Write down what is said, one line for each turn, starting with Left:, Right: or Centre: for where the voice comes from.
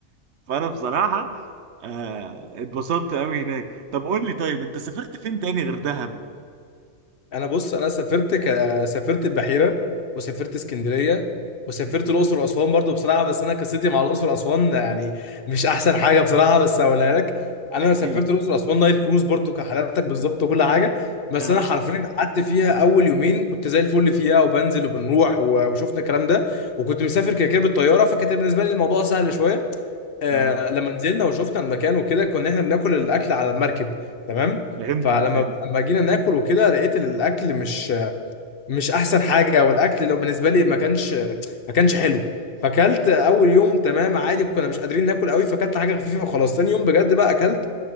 Right: فانا بصراحه آه، اتبسطت قوي هناك طب قول لي طيب انت سافرت فين تاني غير دهب
Left: انا بص انا سافرت ك... سافرت البحيره وسافرت اسكندريه وسافرت
Right: مهم.
Left: الاقصر واسوان برضو بصراحه بس انا قصتي مع الاقصر واسوان يعني مش احسن حاجه بصراحه بس هقولها لك انا
Right: احكي
Left: سافرت
Right: لي
Left: الاقصر واسوان نايل كروز برضو كحالاتك بالظبط وكل حاجه بس
Right: اه
Left: انا حرفيا قعدت فيها اول يومين كنت زي الفل فيها وبنزل وبنروح و- وشفنا الكلام ده وكنت مسافر كده كده بالطياره فكانت بالنسبه لي الموضوع سهل شويه آه
Right: اه
Left: لما نزلنا وشفنا المكان وكده كنا احنا بناكل الاكل على المركب تمام
Right: فهمتك
Left: فلما
Right: فهمتك
Left: لما جينا ناكل وكده لقيت إن الاكل مش مش احسن حاجه والاكل لو بالنسبه لي ما كانش ما كانش حلو فاكلت اول يوم تمام عادي كنا مش قادرين ناكل قوي فاكلت حاجه خفيفه وخلاص تاني يوم بجد بقى اكلت